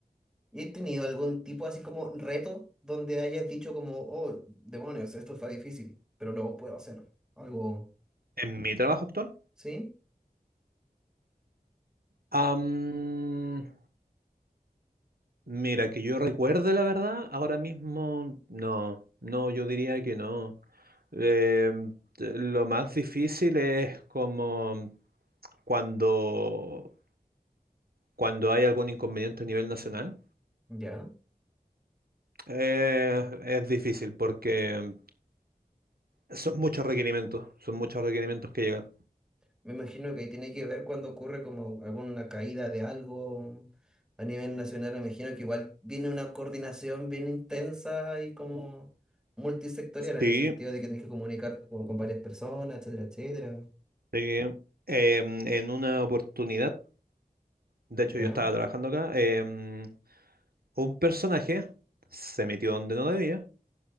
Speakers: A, in the centre; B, on the right.
A: ¿Y he tenido algún tipo así como reto donde hayas dicho como, oh, demonios, esto está difícil, pero lo puedo hacer? Algo,
B: En mi trabajo actual,
A: ¿sí?
B: Am, Mira, que yo recuerde la verdad, ahora mismo no, no, yo diría que no. Eh, t- lo más difícil es como cuando, cuando hay algún inconveniente a nivel nacional.
A: Ya.
B: Eh, es difícil porque son muchos requerimientos, son muchos requerimientos que llegan.
A: Me imagino que ahí tiene que ver cuando ocurre como alguna caída de algo a nivel nacional. Me imagino que igual viene una coordinación bien intensa y como multisectorial en
B: Sí,
A: el sentido de que tienes que comunicarte con, con varias personas, etcétera, etcétera.
B: sí. Em, en una oportunidad, de hecho
A: Ya,
B: yo estaba trabajando acá, em, un personaje se metió donde no debía.